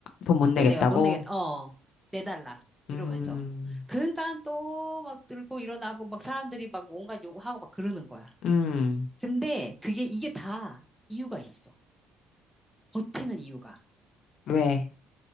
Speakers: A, on the left; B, in the centre.
A: 돈 못 내겠다고?
B: 얘네가 못 내겠다. 어, 내달라. 이러면서.
A: 음,
B: 그러니까 또 막 들고 일어나고 막 사람들이 막 온갖 요구하고 막 그러는 거야.
A: 음.
B: 근데 그게 이게 다 이유가 있어. 버티는 이유가.
A: 왜?